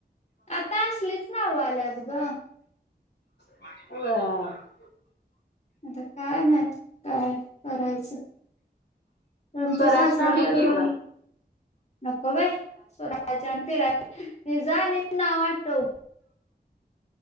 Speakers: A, on the left; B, on the left.
A: आता असलीच नाव आल्यात ग
B: अ
A: आता काय माहित काय करायचं आमचा
B: स्वराज
A: सासरा
B: नाव ठेव
A: कडला
B: की मग.
A: नको बाई स्वराज आणि पिराज ते जा आणि नाव आठव